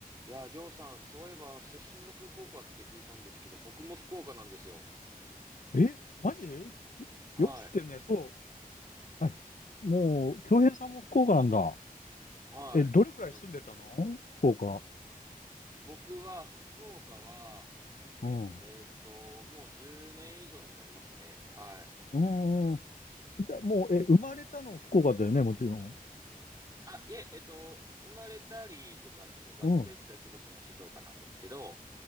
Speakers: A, on the right; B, on the left.
A: いやー、りょうさん、そういえば、出身が福岡って聞いたんですけど、僕も福岡なんですよ。
B: え、マジ
A: はい。
B: よく知ってるね。そう。はい。もう、京平さんも福岡なんだ。
A: はい。
B: え、どれくらい住んでたの福岡。
A: いや、僕は、福岡は、
B: うん。
A: えーっと、もう10年以上になりますね。はい。
B: うんうん。だもう、え、生まれたの福岡だよね、もちろん。
A: あ、いえ、えっと、生まれたりとか、その学生時代過ごしたのは静岡なんですけど、
B: うん。